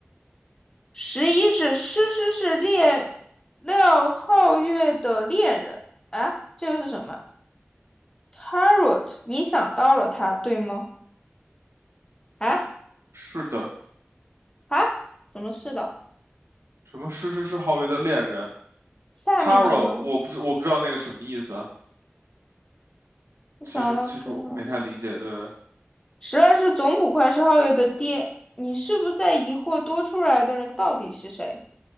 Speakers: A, on the left; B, on the right.
A: 十一是诗诗是猎廖皓月的恋人啊，这个是什么？Tarot，你想到了他，对吗？啊
B: 是的，
A: 啊，怎么是的？
B: 什么是是是皓月的恋人
A: 下面这个，
B: ，Taro，我不知我不知道那个什么意思啊
A: 我想到对吗？
B: 其实其实我没太理解，对，
A: 十二是总捕快是皓月的爹，你是不是在疑惑多出来的人到底是谁？